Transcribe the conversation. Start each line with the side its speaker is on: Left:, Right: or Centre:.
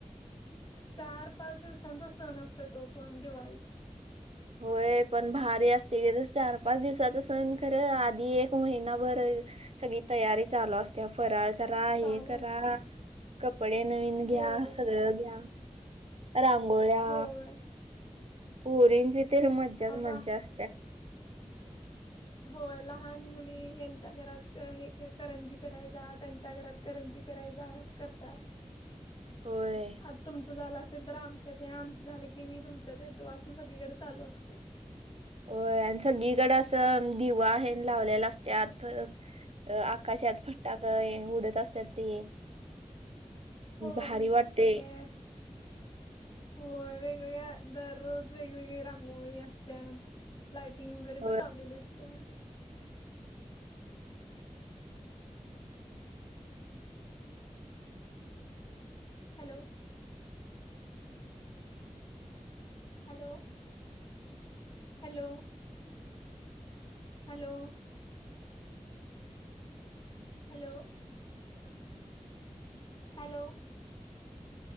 Left: चार -पाच दिवसांचा सण असतोय तो पण दिवाळी.
Right: होय, पण भारी असते ग. तस चार -पाच दिवसाचा सण खर आधी एक महिनाभर सगळी तयारी चालू असत्या फराळ करा, हे
Left: चालू
Right: करा,
Left: अस
Right: कपडे नवीन घ्या,
Left: होय
Right: सगळं घ्या. रांगोळ्या.
Left: होय
Right: पोरींची तर मज्जाच
Left: आबा
Right: मज्जा असत्या.
Left: होय लहान मुली हेंच्या घरात हे करंजी करायला जा तेंच्या घरात करंजी करायला जा करतात.
Right: होय.
Left: आता तुमच झाल असेल तर आमच्यात या आमच झाल की मी तुमच्यात येतो अस सगळीकडे चालू असते.
Right: होय आणि सगळीकडे अस दिवा हे लावलेला असतात. अ आकाशात फटाके उडत असतात ते.
Left: होय
Right: भारी वाटते.
Left: सगळे होय वेगवेगळ्या दररोज वेगवेगळी रांगोळी असत्या. लाइटिंग वगैरे
Right: हो
Left: पण लावलेली असते. Hello. Hello hello. Hello. Hello. Hello.